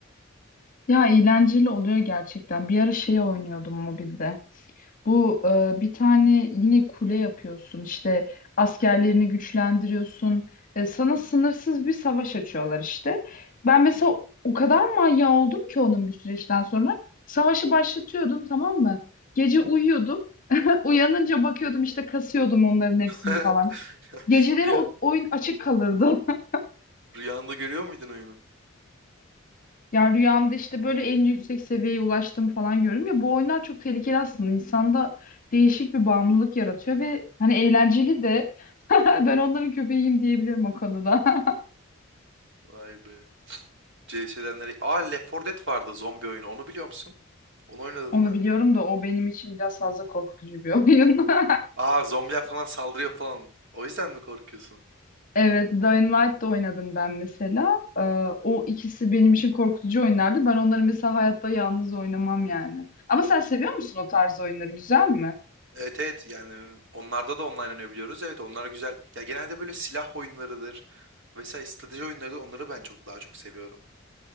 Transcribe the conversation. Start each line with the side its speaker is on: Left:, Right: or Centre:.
Left: Ya eğlenceli oluyor gerçekten. Bir ara şey oynuyordum mobilde. Bu e, bir tane yine kule yapıyorsun işte askerlerini güçlendiriyorsun. E, sana sınırsız bir savaş açıyorlar işte. Ben mesela o kadar manyağı oldum ki onun bir süreçten sonra. Savaşı başlatıyordum tamam mı? Gece uyuyordum. <laughs> Uyanınca bakıyordum işte kasıyordum onların hepsini
Right: <laughs>
Left: falan. Geceleri
Right: Rüya,
Left: o oyun açık kalırdı. <laughs>
Right: rüyanda görüyor muydun oyunu?
Left: Ya rüyamda işte böyle en yüksek seviyeye ulaştım falan görüyorum ya bu oyunlar çok tehlikeli aslında insanda değişik bir bağımlılık yaratıyor ve hani eğlenceli de <laughs> ben onların köpeğiyim diyebilirim o konuda. <laughs>
Right: Vay be. C CS'den nereye? Aa Left 4 Dead vardı zombi oyunu. Onu biliyor musun? Onu oynadın
Left: Onu
Right: mı?
Left: biliyorum da o benim için biraz fazla korkutucu bir oyun. <laughs>
Right: Aa zombiler falan saldırıyor falan. O yüzden mi korkuyorsun?
Left: Evet, Dying Light da oynadım ben mesela. Ee, o ikisi benim için korkutucu oyunlardı. Ben onları mesela hayatta yalnız oynamam yani. Ama sen seviyor musun o tarz oyunları? Güzel mi?
Right: Evet evet yani onlarda da online oynayabiliyoruz. Evet onlar güzel. Ya genelde böyle silah oyunlarıdır. Vesaire strateji oyunlarıdır. Onları ben çok daha çok seviyorum.